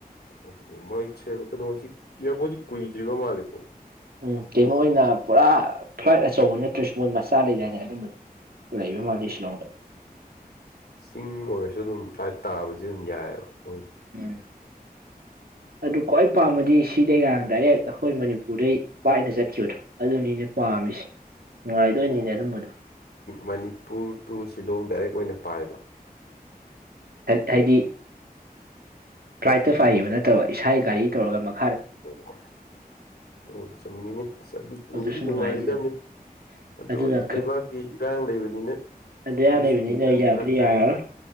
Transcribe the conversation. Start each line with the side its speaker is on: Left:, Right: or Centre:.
Left: ꯑꯣ ꯃꯁꯦꯂꯀꯩꯅꯣ ꯏꯌꯔꯄꯣꯠꯁꯤ ꯀꯨꯏꯗꯔꯤꯕ ꯃꯥꯂꯤꯀꯣ
Right: ꯎꯝ ꯀꯩꯅꯣ ꯑꯣꯏꯅ ꯄꯨꯔꯥ ꯐ꯭ꯂꯥꯏꯠ ꯑꯆꯧꯕ ꯅꯠꯇ꯭ꯔꯁꯨ ꯃꯣꯏ ꯃꯆꯥ ꯂꯩꯗꯥꯅꯦ ꯑꯗꯨꯝꯕꯗꯣ ꯂꯩꯕ ꯃꯥꯜꯂꯤ ꯁꯤꯂꯣꯡꯗ
Left: ꯆꯤꯡ ꯑꯣꯏꯔꯁꯨ ꯑꯗꯨꯝ ꯐ꯭ꯂꯥꯏꯠ ꯇꯥꯕꯁꯤ ꯑꯗꯨꯝ ꯌꯥꯏꯑꯕ ꯃꯣꯏꯁꯨ
Right: ꯎꯝ ꯑꯗꯨ ꯈ꯭ꯋꯥꯏ ꯄꯥꯝꯃꯗꯤ ꯁꯤꯗꯩꯒ ꯗꯥꯏꯔꯦꯛ ꯑꯩꯈꯣꯏ ꯃꯅꯤꯄꯨꯔꯗꯩ ꯄꯥꯏꯅ ꯆꯠꯈꯤꯕꯗꯣ ꯑꯗꯨꯅꯤꯅꯦ ꯑꯩꯅ ꯄꯥꯝꯃꯤꯁꯦ ꯅꯨꯉꯥꯏꯗꯣꯏꯅꯤꯅꯦ ꯑꯗꯨꯝꯕꯘꯣ
Left: ꯃꯅꯤꯄꯨꯔ ꯇꯨ ꯁꯤꯂꯣꯡ ꯗꯥꯏꯔꯦꯛ ꯑꯣꯏꯅ ꯄꯥꯏꯕ
Right: ꯍꯥꯏꯗꯤ ꯐ꯭ꯂꯥꯏꯠꯇ ꯄꯥꯏꯕ ꯅꯠꯇꯕ ꯏꯁꯥꯒꯤ ꯒꯥꯔꯤ ꯇꯧꯔꯒ ꯃꯥꯛ
Left: ꯑꯣ ꯑꯣꯏ ꯆꯨꯝꯃꯤꯅꯤ ꯑꯁ ꯑꯗꯨꯨꯝꯗꯤ
Right: ꯑꯗꯨꯁꯨ
Left: ꯅꯨꯡꯉꯥꯏꯗꯕꯅꯤ
Right: ꯅꯨꯡꯉꯥꯏꯅꯤꯗꯅ
Left: ꯑꯗꯨ
Right: ꯑꯗꯨꯅ
Left: ꯂꯩꯕꯥꯛꯀꯤ ꯏꯔꯥꯡ ꯂꯩꯕꯅꯤꯅ
Right: ꯑꯗꯨ ꯌꯥꯝ
Left: ꯑꯗꯨꯁꯨ
Right: ꯂꯩꯕꯅꯤꯅ
Left: ꯈꯤꯇꯪ
Right: ꯌꯥꯕꯨꯗꯤ
Left: ꯐꯔꯛ ꯇꯥꯏꯅꯤ
Right: ꯌꯥꯔꯣꯏ